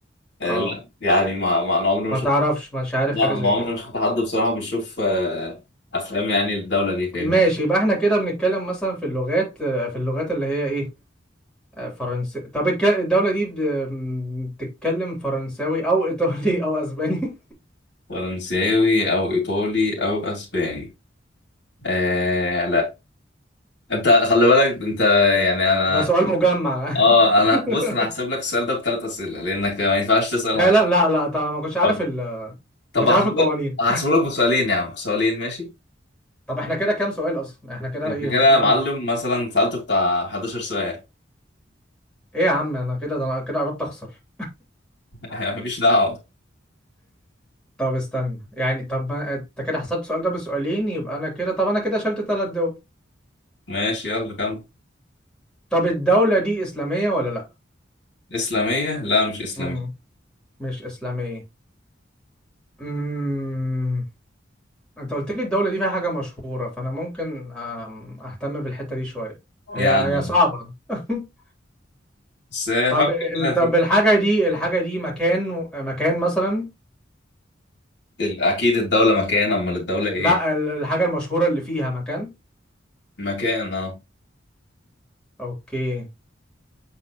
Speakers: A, on the left; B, in the centre.
A: آه،
B: اه
A: لا يعني ما ما انا عمري ما
B: ما
A: شفت
B: تعرفش مش عارف
A: ما
B: حاجة
A: ما
B: زي
A: عمري
B: كده
A: ما شفت حد بصراحه بيشوف آه، افلام يعني الدوله دي فاهم
B: ماشي يبقى احنا كده بنتكلم مثلا في اللغات آه، في اللغات اللي هي ايه آه، فرنسي طب الك- الدولة دي ب- م- بتتكلم فرنساوي او ايطالي او اسباني
A: فرنساوي او ايطالي او اسباني آه لا انت خلي بالك انت يعني
B: <laughs>
A: انا
B: ده سؤال مجمع
A: اه
B: <laughs>
A: انا بص انا هحسب لك السؤال ده بثلاث اسئله لانك ما ينفعش تسال
B: فعلا
A: على
B: لا لا طب ما كنتش عارف
A: طب
B: ال ما
A: طب
B: كنتش
A: هحسب
B: عارف القوانين
A: لك هحسب لك بسؤالين يا عم بسؤالين ماشي
B: طب احنا كده كام سؤال اصلا احنا كده
A: انت
B: ايه
A: كده
B: وصلنا
A: يا معلم
B: ل-
A: مثلا سالت بتاع 11 سؤال
B: ايه يا عم انا كده ده انا كده قربت اخسر
A: <laughs> مفيش دعوه
B: طب استنى يعني طب ما انت كده حسبت السؤال ده بسؤالين يبقى انا كده طب انا كده شلت ثلاث دول
A: ماشي يلا كمل
B: طب الدولة دي إسلامية ولا لأ؟
A: اسلاميه لا مش اسلاميه
B: مم. مش إسلامية مم. أنت قلت لي الدولة دي فيها حاجة مشهورة فأنا ممكن أم، أهتم بالحتة دي شوية هي
A: يعني
B: هي صعبة <laughs>
A: بس
B: طب
A: فكر
B: ال-
A: كده
B: طب
A: في
B: الحاجة دي الحاجة دي مكان مكان مثلا
A: ال- اكيد الدولة مكان امال الدولة ايه
B: لأ ال- الحاجة المشهورة اللي فيها مكان
A: مكان اه
B: أوكي